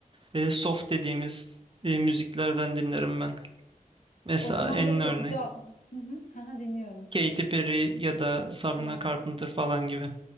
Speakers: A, on the right; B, on the left.
A: e, soft dediğimiz e, müziklerden dinlerim ben. Mesela
B: O zaman
A: en
B: böyle
A: örnek
B: ca... Hı hı, hı hı, dinliyorum.
A: Katy Perry ya da Sabrina
B: Aa.
A: Carpenter falan gibi.